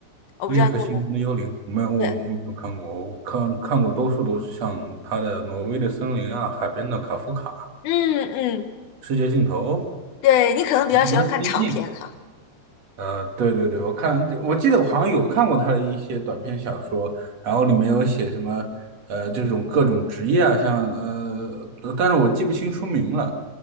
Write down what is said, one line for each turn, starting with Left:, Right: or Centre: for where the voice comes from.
Left: 我不知道你有没有
Right: 《猎客星空的幽灵》没有，我我没有看过，
Left: 对，
Right: 我看看过多数都是像他的《挪威的森林》啊，《海边的卡夫卡》
Left: 嗯嗯，
Right: 《世界尽头》
Left: 对你可能比较喜欢看长篇哈。
Right: 什么的《仙境》。呃，对对对，我看我记得我好像有看过他的一些短篇小说，然后里面有写什么呃这种各种职业啊，像呃，但是我记不清书名了。